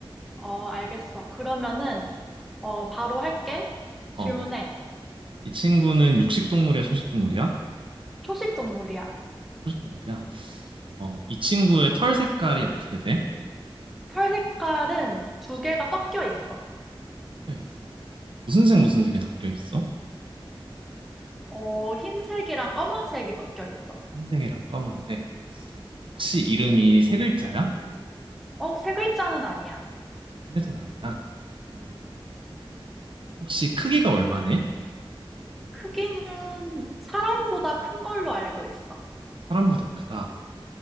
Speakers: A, in the centre; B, on the right.
A: 어, 알겠어. 그러면은, 어, 바로 할게.
B: 어,
A: 질문해.
B: 이 친구는 육식 동물이야, 초식 동물이야?
A: 초식 동물이야.
B: 초식 동물이야. 어, 이 친구의 털 색깔이 어떻게 돼?
A: 털 색깔은 두 개가 섞여 있어.
B: 섞여 있어. 무슨 색, 무슨 색이 섞여 있어?
A: 어, 흰색이랑 검은색이 섞여 있어.
B: 흰색이랑 검은색. 혹시 이름이 세 글자야?
A: 어, 세 글자는 아니야.
B: 세 글자는 아니야. 음, 혹시 크기가 얼마네?
A: 크기는 사람보다 큰 걸로 알고 있어.
B: 사람보다 크다.